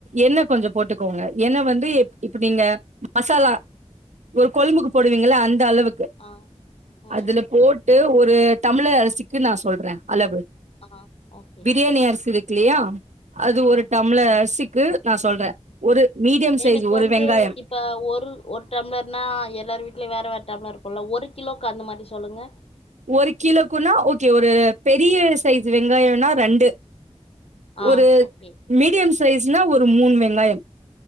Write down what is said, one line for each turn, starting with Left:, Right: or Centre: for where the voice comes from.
Right: எண்ண கொஞ்சோ போட்டுக்கோங்க எண்ண வந்து இப்ப நீங்க மசாலா ஒரு கொழ்புக்கு போடுவீங்களா அந்த அளவுக் கு
Left: ஆ ம்
Right: அதுல போட்டு ஒரு டம்ளர் அரிசிக்கு நா சொல்ற அளவு
Left: ஆ ஓகே
Right: பிரியாணி அரிசி இருக்குலையா அது
Left: ஆ
Right: ஒரு டம்ளர் அரிசிக்கு நா சொல்ற ஒரு மீடியம்
Left: எனக்கு
Right: சைஸ் ஒரு
Left: வந்து
Right: வெங்காயம்
Left: இப்ப ஒரு ஒரு டம்ளர்னா எல்லார் வீட்லேயு வேற வேற டம்ளர் இருக்குல்ல ஒரு கிலோவுக்கு அந்த மாதிரி சொல்லுங்க
Right: ஒரு கிலோக்குன்னா ஓகே ஒரு பெரிய சைஸ் வெங்காயோனா ரெண்டு
Left: ஆ
Right: ஒரு
Left: ஓகே
Right: மீடியம் சைஸ்னா ஒரு மூண் வெங்காயம்